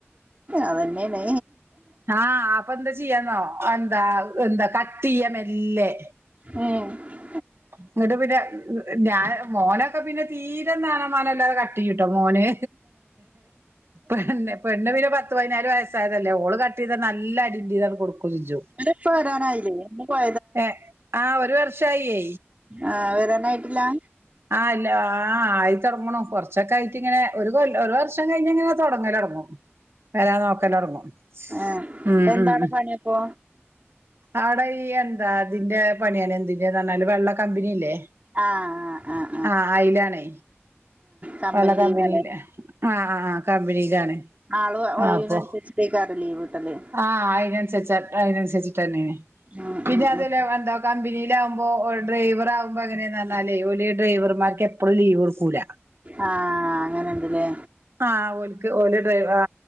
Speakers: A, on the right (about 35°); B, on the right (about 60°).
A: അതെന്നെണ്
B: ആഹ് അപ്പൊ എന്താ ചെയ്യാന്നോ എന്താ എന്താ കട്ടിയ മെല്ലെ
A: ഏ
B: എന്നിട്ട് പിന്നെ ഞ മോനൊക്കെ പിന്നെ തീരെം നാണോം മാനോല്ലാതെ ക ട്ടിയുട്ടോ മോന് പെണ്ണ് പെണ്ണ് പിന്നെ പത്ത് പതിനാല് വയസ്സായതല്ലേ ഓള് കട്ട് ചെയ്താ നല്ല അടിന്റെ യ്യിന്നങ്ങു കൊടുക്കും ഞ്ചു
A: ഉപ്പ വരാനായില്ലേ <unintelligible>
B: ഏ ആ ഒരു വർഷായിയെ
A: ആ വരാനായിട്ടില്ല
B: ആ ഇല്ല ആ ആയിത്തൊടങ്ങണു കൊറച്ചൊക്കെ ആയിട്ട് ഇങ്ങനെ ഒരു കൊല്ല ഒരു വർഷം കഴിഞ്ഞിങ്ങനെ തുടങ്ങലൊടങ്ങും വരാൻ നോക്കലൊടങ്ങും
A: ആഹ്
B: ഉം
A: എന്താണ്
B: ഉം ഉം
A: പണിയപ്പോ
B: ആടെ ഈ എന്താ തിന്റെ പണിയാണ് എന്തിന്റെന്ന് പറഞ്ഞാല് വെള്ള കമ്പനില്ലേ
A: ആ ആ ആ
B: ആ അയിലാണേ
A: കമ്പനി
B: ഓലെ കമ്പനിയില്
A: ലീവാല്ലേ
B: ആ കമ്പനിയിലാണ്
A: ആള്
B: ആ
A: ഒഴിയുന്നതിനനുസരിച്ചത്തേക്ക്
B: അപ്പൊ
A: അവരെ ലീവ് കിട്ടല്
B: ആ അതിനനുസരിച്ച അതിനനുസരിച്ചിട്ടന്നെ നീ
A: ഉം
B: പിന്നെ
A: ഉം
B: അതല്ല
A: ഉം
B: എന്താ കമ്പനി വുമ്പോ ഡ്രൈവർ ആവുമ്പോ അങ്ങനാന്നറഞ്ഞാലേ ഓലേ ഡ്രൈവർമാർക്ക് എപ്പഴും ലീവ് കൊടുക്കൂല
A: ആ അങ്ങനെണ്ടല്ലേ
B: ആ ഓൽക്ക് ഓലെ ഡ്രൈവ ആ